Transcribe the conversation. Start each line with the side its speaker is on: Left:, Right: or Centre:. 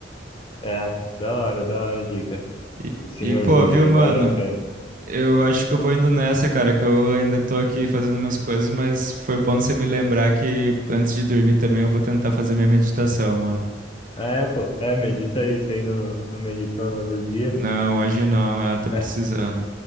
Left: É, da hora, da hora a dica.
Right: E,
Left: O senhorzinho
Right: e, pô, viu,
Left: aí,
Right: mano?
Left: valeu a pena.
Right: Eu acho que eu vou indo nessa, cara, que eu ainda tô aqui fazendo minhas coisas, mas foi bom você me lembrar que antes de dormir também eu vou tentar fazer minha meditação, mano.
Left: É, pô, é, medita aí, você ainda não, não meditou no outro dia.
Right: Não, hoje não, é, tô
Left: É,
Right: precisando.